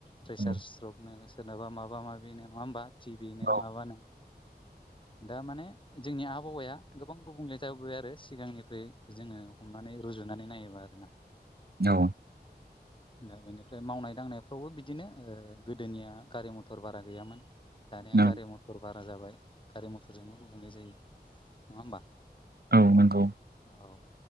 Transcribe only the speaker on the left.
प्रेसार
स्ट्रक नो सोरनाबा माबा माबिनो नङा होमबा टिभिनो
माबानो
दा माने जोंनि आबहावाया गोबां गुबुंले जाबोबाय आरो सिगांनिफ्राय जोङो हमनानै रुजुनानै नायोबा आरो ना।
दा बेनिफ्राय मावनाय दांनायफ्रावबो बिदिनो ओ गोदोनिया गारि मथर बारा गैयामोन दानिया
गारि मथ मथर बारा जाबाय गारि मथरजोंबो गुबुंले जायो नङा होमबा।
औ